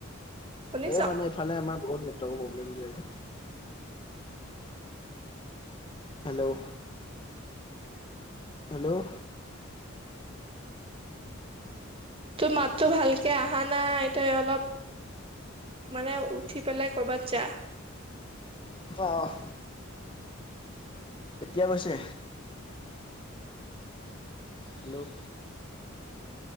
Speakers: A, on the right (about 25°); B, on the left (about 25°).
A: শুনিছ
B: এই মানে এইফালে আমাৰ বহুত নেটৱৰ্ক প্ৰব্লেম দিয়ে যে। Hello, hello.
A: তোৰ মাতটো ভালকে আহা নাই, তই অলপ- মানে উঠি পেলাই কৰ'বাত যা।
B: অঁ অঁ, এতিয়া গৈছে? হেল্লৌ'